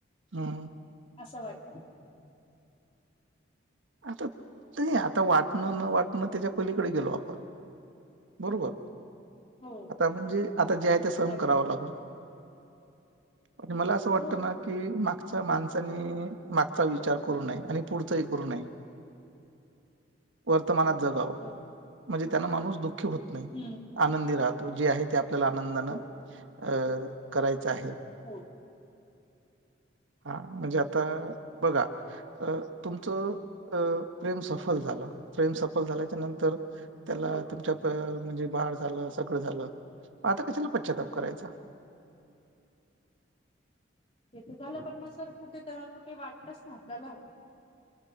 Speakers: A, on the right (about 80°); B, on the left (about 30°).
A: हा.
B: असं वाटतं.
A: आता नाही आता वाटणं न वाटणं त्याच्या पहिलीकडे गेलो आपण. बरोबर
B: हो
A: आता म्हणजे आता जे आहे ते सहन
B: बरोबर
A: करावं लाग. आणि मला अस वाटत
B: हो
A: ना कि मागच्या माणसनी मागचा विचार करू नये आणि पुढचाही करू नये. वर्तमानात जगाव
B: बर
A: म्हणजे त्यान माणूस दुःखी होत नाही.
B: हम्म.
A: आनंदी राहतो जे आहे ते आपल्याला आनंदान अ
B: बर
A: करायच आहे.
B: हो
A: हा म्हणजे आता बघा तुमच अ प्रेम सफल झाल, प्रेम सफल झाल्याच्या नंतर त्याला
B: हो
A: तुमच्या म्हणजे बाळ झाल सगळ झाल आता कशाला पश्चाताप करायचा.
B: ते तर झाल पण मग सर कुठे तर कुठे वाटतच ना आपल्याला.